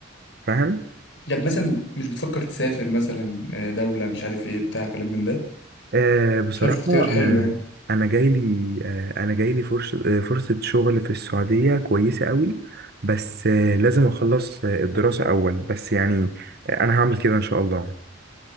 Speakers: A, on the right; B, on the left.
A: فاهم
B: طب مثلا مش بتفكر تسافر مثلا آه، دولة مش عارف ايه بتاع كلام من ده
A: آه بصراحة
B: شايف اختيار حلو
A: انا
B: يعني
A: انا جاي لي آه انا جاي لي فرصة آه فرصة شغل في السعودية كويسة قوي بس آه لازم اخلص آه الدراسة اول بس يعني آه انا هعمل كده ان شاء الله